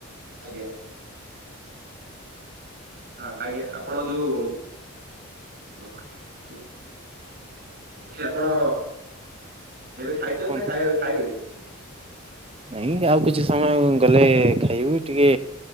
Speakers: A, on the right; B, on the right.
A: ଆଜ୍ଞା। ଆ ଆଜ୍ଞା ଆପଣ ଯୋଉ ରହ ଯୋଉ ଲି ଆପଣ ଏବେ ଖାଇଚନ୍ତି
B: କୁହନ୍ତୁ
A: ନା ଖାଇ ଖାଇବେ?
B: ନାଇଁ ଆଉ କିଛି ସମୟ ଗଲେ ଖାଇବୁ ଟିକେ